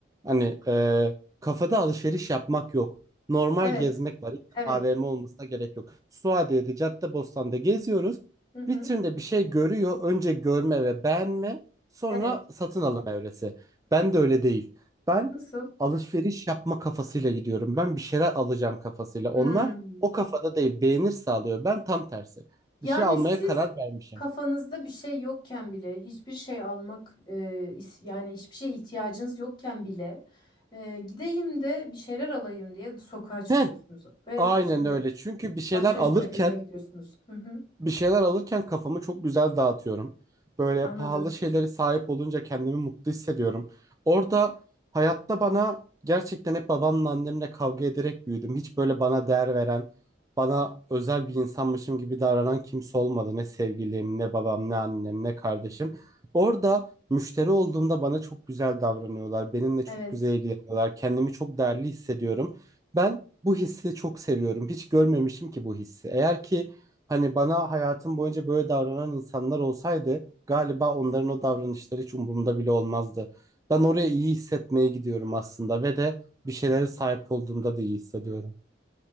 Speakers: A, on the right; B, on the left.
A: hani e, kafada alışveriş yapmak yok normal
B: evet,
A: gezmek var Hiç
B: evet.
A: AVM olmasına gerek yok Suadiye'de Caddebostan'da geziyoruz
B: Hı hı,
A: vitrinde bir şey görüyor önce görme ve beğenme Sonra
B: evet.
A: satın alım evresi. Ben de öyle değil. Ben
B: Nasıl?
A: alışveriş yapma kafasıyla gidiyorum. Ben bir şeyler alacağım kafasıyla.
B: Hmm.
A: Onlar o kafada değil. Beğenir sağlıyor. Ben tam tersi.
B: Yani
A: Bir şey almaya
B: siz
A: karar vermişim.
B: kafanızda bir şey yokken bile hiçbir şey almak e, is- yani hiçbir şeye ihtiyacınız yokken bile e, gideyim de bir şeyler alayım diye sokağa çıkıyorsunuz
A: Heh,
B: ve
A: aynen
B: bir şeyler
A: öyle. Çünkü bir şeyler
B: alışveriş
A: alırken
B: merkezine gidiyorsunuz. Hı hı,
A: bir şeyler alırken kafamı çok güzel dağıtıyorum. Böyle
B: anladım.
A: pahalı şeylere sahip olunca kendimi mutlu hissediyorum. Orada hayatta bana gerçekten hep babamla annemle kavga ederek büyüdüm. Hiç böyle bana değer veren, bana özel bir insanmışım gibi davranan kimse olmadı. Ne sevgilim, ne babam, ne annem, ne kardeşim. Orada müşteri olduğumda bana çok güzel davranıyorlar. Benimle çok
B: Evet.
A: güzel ilgileniyorlar. Kendimi çok değerli hissediyorum. Ben bu hissi çok seviyorum. Hiç görmemişim ki bu hissi. Eğer ki Hani bana hayatım boyunca böyle davranan insanlar olsaydı galiba onların o davranışları hiç umurumda bile olmazdı. Ben oraya iyi hissetmeye gidiyorum aslında ve de bir şeylere sahip olduğumda da iyi hissediyorum.